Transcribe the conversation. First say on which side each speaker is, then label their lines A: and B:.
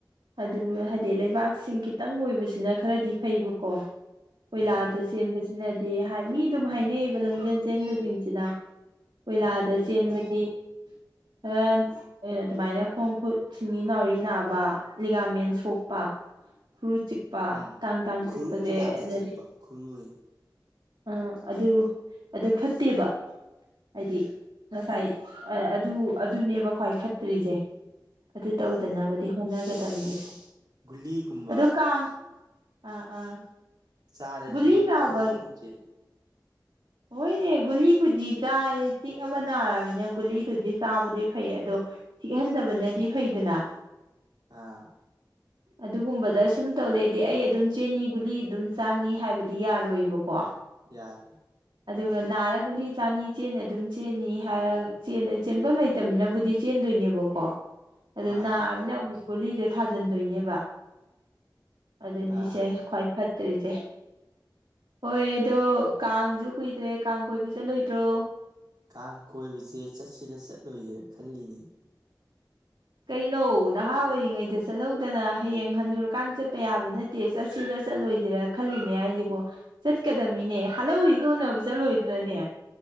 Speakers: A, on the right (about 85°); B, on the right (about 60°).
A: ꯑꯗꯨꯗꯨꯒ ꯍꯥꯏꯗꯤ ꯂꯩꯕꯥꯛꯁꯤꯡ ꯈꯤꯇꯪ ꯑꯣꯏꯕꯁꯤꯅ ꯈꯔꯗꯤ ꯐꯩꯕꯀꯣ꯫ ꯀꯣꯏꯂꯥꯗ
B: ꯎꯝ
A: ꯆꯦꯟꯕꯁꯤꯅꯗꯤ ꯍꯥꯏ ꯃꯤ ꯑꯗꯨꯝ ꯍꯥꯏꯅꯩꯌꯦꯕ ꯂꯝꯖꯦꯟ ꯆꯦꯟꯕꯁꯤꯡꯁꯤꯅ꯫ ꯀꯣꯏꯂꯥꯗ
B: ꯎꯝ
A: ꯆꯦꯟꯕꯗꯤ ꯈꯔ ꯑ ꯑꯗꯨꯃꯥꯏꯅ ꯈꯣꯡ ꯈꯨꯠ ꯁꯤꯡꯂꯤ ꯅꯥꯎꯔꯤ ꯅꯥꯕ ꯂꯤꯒꯥꯃꯦꯟ ꯁꯣꯛꯄ ꯈꯨꯔꯨ ꯆꯤꯛ ꯄꯥ
B: ꯎꯝ
A: ꯇꯥꯡ ꯇꯥꯡ
B: ꯈꯨꯔꯨꯁꯦ
A: ꯆꯤꯛꯄꯁꯦ
B: ꯌꯥꯝꯅ
A: ꯑꯗꯗꯤ
B: ꯆꯤꯛꯄ ꯈꯨꯔꯨꯁꯦ
A: ꯑ ꯑꯗꯨ ꯑꯗꯨ ꯐꯠꯇꯦꯕ꯫ ꯍꯥꯏꯗꯤ ꯉꯁꯥꯏ ꯑꯥ ꯑꯗꯨ ꯑꯗꯨꯅꯦꯕ ꯈ꯭ꯋꯥꯏ ꯐꯠꯇ꯭ꯔꯤꯁꯦ꯫ ꯑꯗꯨ ꯇꯧꯗꯅꯕꯗꯤ
B: ꯃꯥꯅꯤ
A: ꯍꯣꯠꯅꯒꯗꯕꯅꯤ
B: ꯒꯨꯂꯤꯒꯨꯝꯕ
A: ꯑꯗꯨ ꯀꯥꯡ ꯑꯥ ꯑꯥ꯫
B: ꯆꯥꯔꯗꯤ
A: ꯒꯨꯂꯤ ꯆꯥꯕ
B: ꯈꯨꯟ ꯈꯨꯨꯠꯁꯦ
A: ꯍꯣꯏꯅꯦ ꯒꯨꯂꯤꯕꯨꯗꯤ ꯆꯥꯔꯦ ꯆꯤꯛ ꯑꯕ ꯅꯥꯔꯕꯅꯤꯅ ꯒꯨꯂꯤꯗꯨꯗꯤ ꯆꯥꯕꯗꯤ ꯐꯩ ꯑꯗꯣ ꯆꯤꯛꯍꯟꯗꯕꯅꯗꯤ ꯐꯩꯗꯅ꯫
B: ꯑꯥ꯫
A: ꯑꯗꯨꯒꯨꯝꯕꯗ ꯁꯨꯝ ꯇꯧ ꯂꯩꯗꯤ ꯑꯩ ꯑꯗꯨꯝ ꯆꯦꯅꯤ ꯒꯨꯂꯤ ꯑꯗꯨꯝ ꯆꯥꯅꯤ ꯍꯥꯏꯕꯗꯤ ꯌꯥꯔꯣꯏꯕꯀꯣ꯫
B: ꯌꯥ
A: ꯑꯗꯨꯒ ꯅꯥꯔ ꯒꯨꯂꯤ ꯆꯥꯅꯤ ꯆꯦꯅꯤ ꯑꯗꯨꯝ ꯆꯦꯟꯅꯤ ꯍꯥꯏꯔꯒ ꯆꯟꯅ ꯆꯦꯟꯐꯝ ꯂꯩꯇꯝꯅꯤꯅꯕꯨꯗꯤ ꯆꯦꯟꯗꯣꯏꯅꯦꯕꯣ꯫ ꯀꯣ ꯑꯗꯣ
B: ꯃꯥꯅꯦ
A: ꯅꯥꯃꯤꯅ ꯑꯃꯨꯛ ꯀꯒꯨꯂꯤꯁꯦ ꯊꯥꯖꯤꯟꯗꯣꯏꯅꯦꯕ꯫ ꯑꯗꯨꯅꯤꯁꯦ
B: ꯑꯥ
A: ꯈ꯭ꯋꯥꯏ ꯐꯠꯇ꯭ꯔꯤꯁꯦ ꯍꯣꯏ ꯑꯗꯣ ꯀꯥꯡꯁꯨ ꯀꯨꯏꯗ꯭ꯔꯦ ꯀꯥꯡ ꯀꯣꯏꯕ ꯆꯠꯂꯣꯏꯗ꯭ꯔꯣ꯫
B: ꯀꯥꯡ ꯀꯣꯏꯕꯁꯦ ꯆꯠꯁꯤꯔ ꯆꯠꯂꯣꯏꯁꯤꯔꯥ ꯈꯜꯂꯤꯅꯤ꯫
A: ꯀꯩꯅꯣ ꯅꯍꯥ ꯑꯣꯏꯔꯤꯉꯩꯗ ꯆꯠꯍꯧꯗꯅ ꯍꯌꯦꯡ ꯍꯟꯅꯨꯔꯀꯥꯟꯗ ꯆꯠꯄ ꯌꯥꯕ ꯅꯠ ꯇꯦ ꯆꯠꯁꯤꯔ ꯆꯠꯂꯣꯏꯁꯤꯔꯥ ꯈꯜꯂꯤꯅꯦ ꯍꯥꯏꯁꯤꯕꯣ꯫ ꯆꯠꯀꯗꯃꯤꯅꯦ ꯍꯜꯍꯧꯤꯒ ꯎꯅꯕ ꯆꯠꯂꯣꯏꯗ꯭ꯔꯅꯦ꯫